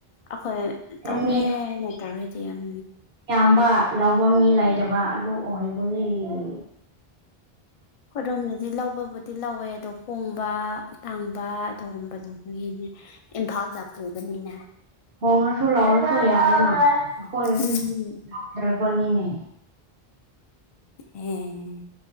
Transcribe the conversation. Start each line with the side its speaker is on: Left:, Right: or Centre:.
Left: ꯑꯩꯈꯣꯏ ꯇꯧꯒꯦꯅ
Right: ꯃꯤ
Left: ꯍꯥꯏꯅ ꯇꯧꯔꯗꯤ ꯎꯝ
Right: ꯌꯥꯝꯕ ꯂꯧꯕ ꯃꯤ ꯂꯩꯇꯕ ꯑꯗꯨ ꯑꯣꯏꯕꯒꯤ <unintelligible>
Left: ꯑꯩꯈꯣꯏꯔꯣꯝꯗꯗꯤ ꯂꯧꯕꯕꯨꯗꯤ ꯂꯧꯋꯦ ꯑꯗꯣ ꯍꯣꯡꯕ ꯇꯥꯡꯕ ꯑꯗꯨꯒꯨꯝꯕꯗꯨꯒꯤꯅꯦ ꯏꯝꯐꯥꯜꯗ ꯄꯨꯕꯅꯤꯅꯦ
Right: ꯍꯣꯡꯔꯁꯨ ꯂꯧ <unintelligible>
Left: ꯎꯝ
Right: ꯂꯧꯗ꯭ꯔꯕꯅꯤꯅꯦ
Left: ꯑꯦ